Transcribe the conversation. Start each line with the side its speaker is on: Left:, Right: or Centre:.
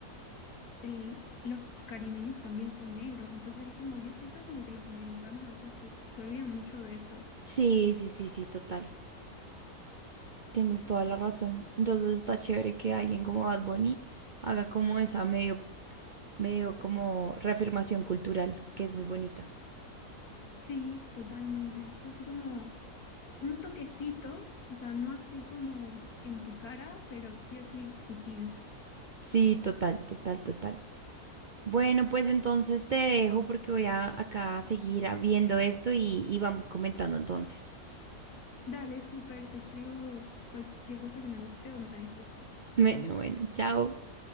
Left: el- los caribeños también son negros, entonces es como yo siento como que los americanos a veces se, se olvidan mucho de eso.
Right: Sí, sí, sí, sí, total. Tienes toda la razón. Entonces está chévere que alguien como Bad Bunny haga como esa medio, medio como reafirmación cultural, que es muy bonita.
Left: Sí, totalmente. Fue así como
Right: Sí,
Left: un toquecito, o sea, no así como en tu cara, pero sí así sutil.
Right: Sí, total, total, total. Bueno, pues entonces te dejo porque voy a acá a seguir a- viendo esto y, y vamos comentando entonces.
Left: Dale, súper, te escribo cualquier cosa que me guste o me disguste.
Right: Bueno, bueno, chao.